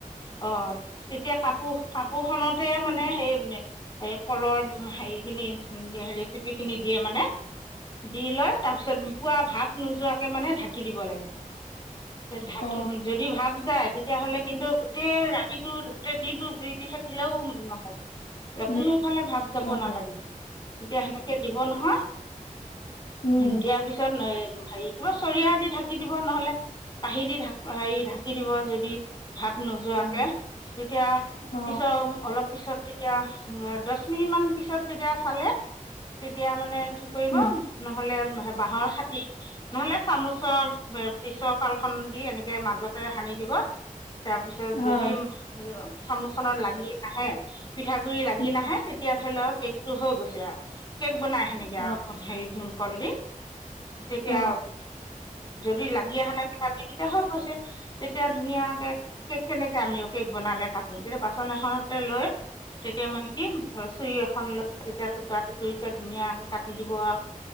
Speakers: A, on the left (about 35°); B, on the left (about 75°).
A: অ এতিয়া কাপো কাপো খনতে মানে সেই সেই কলৰ হেৰি খিনি ৰেচিপি খিনি দিয়ে মানে। দি লয় তাৰ পিছত পুৰা ভাপ নোযোৱাকে মানে ঢাকি দিব লাগিব। ঢাকি
B: অ
A: যদি ভাব যায়। তেতিয়াহ'লে কিন্তু গোটেই ৰাতিটো গোটেই দিনটো জুই দি থাকিলেও নহ'ব।
B: উম
A: কোনোফালে ভাৱ চাব
B: অ
A: নালাগে। তেতিয়া সেনেকে দিব নহয়।
B: উম
A: দিয়াৰ পিছত হেৰি কিবা চৰিয়া দি ঢাকি ঢাকি দিব নহলে। কাঁহি দি ঢাক হেৰি ঢাকি দিব। যদি ভাৱ নোযোৱাকে।
B: উম
A: তেতিয়া
B: অ
A: পিছত অলপ পিছত তেতিয়া দচ মিনিটমান পিছত তেতিয়া চালে। তেতিয়া মানে কি কৰিব
B: উম
A: নহলে বাঁহৰ খাতি, নহলে চামুচৰ পিছফাল খন দি এনেকে মাজতে সানি দিব। তাৰপিছত
B: হয়
A: যদি চামুচ খনত লাগি নাহে। পিঠাগুৰি লাগি
B: উম
A: নাহে তেতিয়া ধৰি লওক কেকটো হৈ গৈছে আৱ। কেক বনাই সেনেকে
B: অ
A: আৰুক হেৰি ভীমকল দি। তেতিয়া
B: অ
A: যদি লাগি আহা নাই পিঠাগুৰি তেতিয়া হৈ গৈছে। তেতিয়া ধুনীয়াকে, কেক কেনেকে আমিও কেক বনাম। কালে কাটো তেতিয়া বাচন এখনতে লৈ তেতিয়া মানে কি চুৰি এখন লৈ তেতিয়া টুকা টুকি। খুইকে ধুনীয়াকে কাটি দিব আৱ।